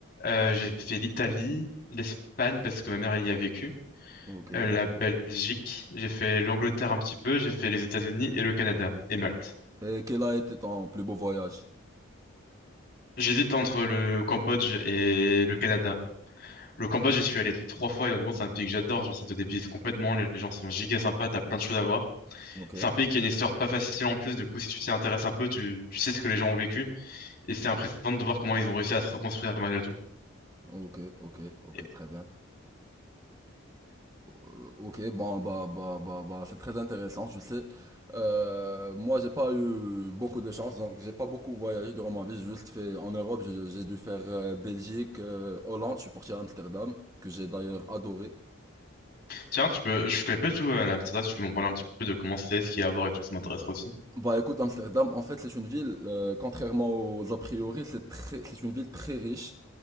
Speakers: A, on the left; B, on the right.
A: Euh, j'ai fait l'Italie, l'Espagne parce que ma mère elle y a vécu,
B: ok.
A: euh, la Belgique, j'ai fait l'Angleterre un petit peu, j'ai fait les États-Unis et le Canada et Malte.
B: Et quel a été ton plus beau voyage?
A: J'hésite entre le Cambodge et le Canada. Le Cambodge, j'y suis allé trois fois et honnêtement, c'est un pays que j'adore. Genre, ça te dépayse complètement. Les gens sont giga sympas, t'as plein de choses à voir.
B: Ok,
A: C'est un pays qui a une histoire pas facile en plus. Du coup, si tu t'y intéresses un peu, tu, tu sais ce que les gens ont vécu. Et c'est impressionnant de voir comment ils ont réussi à se reconstruire malgré tout.
B: ok, ok, ok,
A: Et-
B: très bien. Euh, Ok, bon, bah, bah, bah, bah, c'est très intéressant, je sais. Euh, moi, j'ai pas eu beaucoup de chance, donc j'ai pas beaucoup voyagé durant ma vie. J'ai juste fait en Europe, j'ai j'ai dû faire euh, Belgique, euh, Hollande, je suis parti à Amsterdam, que j'ai d'ailleurs adoré.
A: Tiens, tu peux, je connais pas du tout euh, l'Amsterdam, si tu peux m'en parler un petit peu de comment c'est, ce qu'il y a à voir et tout, ça m'intéresserait aussi.
B: Bah écoute, Amsterdam, en fait, c'est une ville, euh, contrairement aux a priori, c'est très, c'est une ville très riche.